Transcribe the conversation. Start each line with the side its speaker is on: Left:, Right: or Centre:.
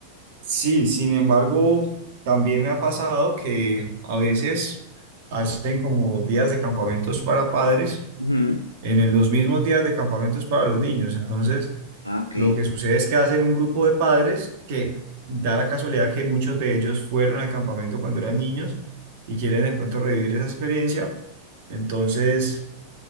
Right: Sí, sin embargo, también me ha pasado que a veces hacen como días de campamentos para padres
Left: Ujú.
Right: en el- los mismos días de campamentos para los niños. Entonces,
Left: Ah, ok.
Right: Lo que sucede es que hacen un grupo de padres que da la casualidad que muchos de ellos fueron al campamento cuando eran niños y quieren de pronto revivir esa experiencia. Entonces,